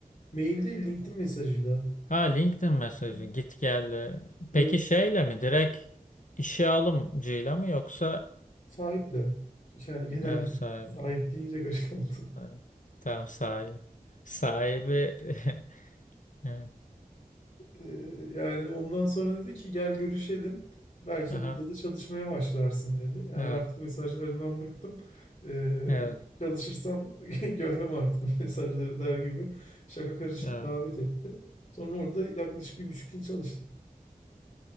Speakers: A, on the left; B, on the left.
A: Mailde LinkedIn mesajıyla.
B: Ha LinkedIn mesajı
A: Hı.
B: git gelle. Peki
A: Evet,
B: şeyle mi direkt işe alımcıyla mı yoksa
A: sahiple. Yani genel
B: evet,
A: müdür.
B: sahibiyle?
A: Sahip deyince garip oldu.
B: Evet. Tamam sahibi. Sahibi <laughs> evet.
A: Ee, yani ondan sonra dedi ki gel görüşelim. Belki
B: Aha,
A: burada da çalışmaya başlarsın dedi. Yani
B: evet,
A: artık mesajlarından bıktım. Ee,
B: evet,
A: çalışırsan <laughs> görmem artık bu mesajları der gibi şaka karışık
B: evet.
A: davet etti. Sonra orada yaklaşık bir buçuk yıl çalıştım.